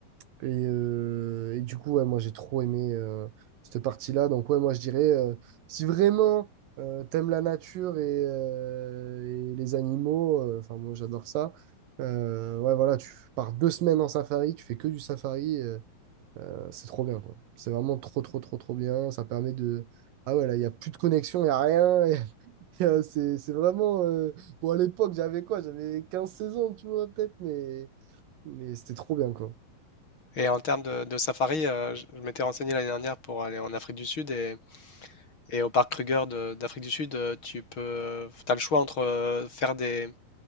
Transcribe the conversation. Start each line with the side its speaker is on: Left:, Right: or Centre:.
Right: Et, euh, et du coup, ouais, moi, j'ai trop aimé euh, cette partie-là. Donc, ouais, moi, je dirais, euh, si vraiment euh, t'aimes la nature et, euh, et les animaux, euh, enfin, moi, j'adore ça. Euh, ouais, voilà, tu pars deux semaines en safari, tu fais que du safari. euh, euh, c'est trop bien, quoi. C'est vraiment trop, trop, trop, trop bien. Ça permet de... Ah ouais, là, il n'y a plus de connexion, il n'y a rien. <laughs> y a- y a- C'est c'est vraiment... euh, Bon, à l'époque, j'avais quoi? J'avais quinze seize ans, tu vois, peut-être, mais, mais c'était trop bien, quoi.
Left: Et en termes de, de safari, euh, je je m'étais renseigné l'année dernière pour aller en Afrique du Sud et, et au parc Kruger de- d'Afrique du Sud, euh, tu peux, t'as le choix entre euh, faire des,